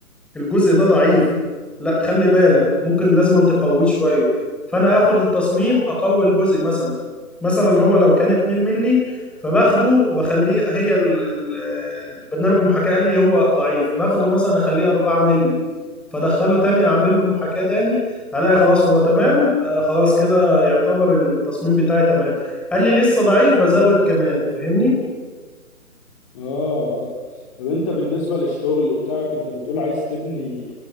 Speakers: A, in the centre; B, on the left (about 20°).
A: الجزء ده ضعيف لا خلي بالك ممكن لازم أن تقويه شويه فانا اخد التصميم اقوي الجزء مثلا مثلا هو لو كان 2 ملي فباخده بخليه هي ال- ال- البرنامج المحاكاة قال لي هو ضعيف باخده مثلا اخليه 4 ملي فدخله تاني اعمل له محاكاة تاني الاقي خلاص هو تمام آه خلاص كده يعتبر التصميم بتاعي تمام قال لي لسه ضعيف بزود كمان فاهمني
B: اه طب طب انت بالنسبة للشغل بتاعك انت بتقول عايز تبني